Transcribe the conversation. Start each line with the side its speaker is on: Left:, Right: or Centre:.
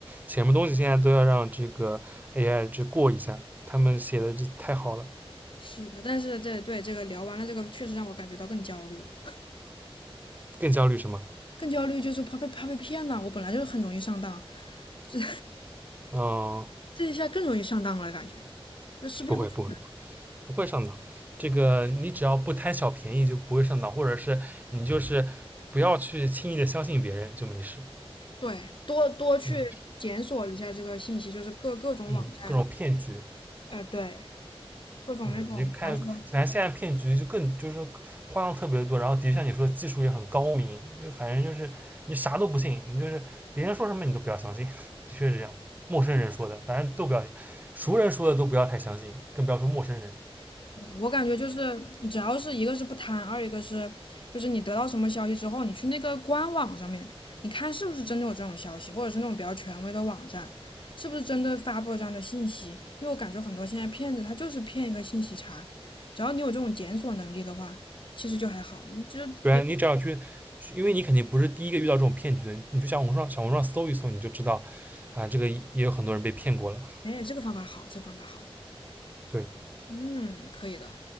Right: 什么东西现在都要让这个 AI 这过一下，他们写的这太好了，
Left: 是的，但是这对这个聊完了，这个确实让我感觉到更焦虑了，
Right: 更焦虑什么？
Left: 更焦虑就是怕被怕被骗了。我本来就是很容易上当，这
Right: 嗯，
Left: 这一下更容易上当了，感觉就识别不出来。
Right: 不会不会，不会上当。这个你只要不贪小便宜，就不会上当，或者是你就是不要去轻易的相信别人，就没事。
Left: 对，多多去检索一下这个信息，
Right: 嗯
Left: 就是各各种网站，
Right: 嗯，各种骗局，
Left: 呃，对，各种那种，
Right: 嗯，你看，
Left: 比方说。
Right: 反正现在骗局就更就是说花样特别多，然后的确像你说的技术也很高明，就反正就是你啥都不信，你就是别人说什么你都不要相信，<laughs> 的确是这样。陌生人说的，反正都不要，熟人说的都不要太相信，更不要说陌生人。
Left: 我感觉就是，只要是一个是不贪，二一个是就是你得到什么消息之后，你去那个官网上面，你看是不是真的有这种消息，或者是那种比较权威的网站，是不是真的发布了这样的信息？因为我感觉很多现在骗子他就是骗一个信息差，只要你有这种检索能力的话，其实就还好。你就别，
Right: 对啊，你只要去，因为你肯定不是第一个遇到这种骗局的，你就小红书上小红书上搜一搜，你就知道啊，这个也有很多人被骗过了。
Left: 哎，这个方法好，这方法好，
Right: 对，
Left: 嗯，可以的。